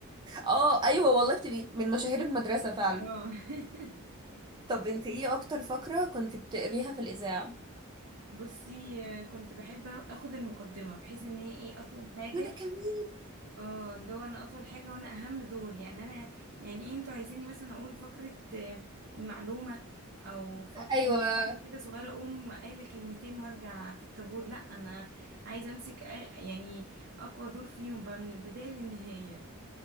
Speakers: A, on the right (about 20°); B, on the right (about 60°).
A: اه ايوه والله بتبقي من مشاهير المدرسه فعلا
B: اه <laughs>
A: طب انت ايه اكتر فقره كنت بتقريها في الاذاعه
B: بصي آه، كنت بحب اخد المقدمة بحيث ان هي ايه اطول حاجة
A: وانا كمان
B: اه اللي هو انا اطول حاجة وانا اهم دور يعني انا يعني ايه انتوا عايزيني مثلا اقول فقرة آه، المعلومة او فق...
A: ايوه
B: اي فقرة كده صغيرة اقوم قايلة كلمتين وارجع في الطابور لا انا عايزة امسك آ- يعني اقوى دور فيهم بقى من البداية للنهاية